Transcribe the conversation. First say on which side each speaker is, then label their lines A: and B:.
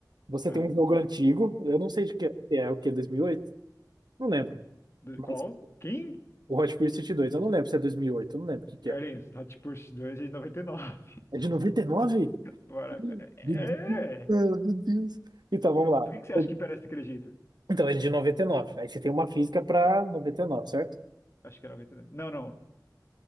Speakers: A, on the right; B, on the left.
A: Você
B: Ah,
A: tem um jogo antigo, eu não sei de que que é, o que, 2008? Não lembro.
B: do-
A: Mas
B: qual? Quem?
A: o Hot Pursuit 2, eu não lembro se é 2008, eu não lembro o que que
B: Carlinhos,
A: é.
B: Hot Pursuit 2 é de 99.
A: É de 99?
B: <laughs> Bora. É!
A: Meu Deus,
B: é.
A: cara, meu Deus. Então, vamos lá.
B: Por que que você acha
A: Ele-
B: que parece daquele jeito?
A: Então, ele é de 99. Aí você tem uma física pra 99, certo?
B: Acho que é 99. Não, não.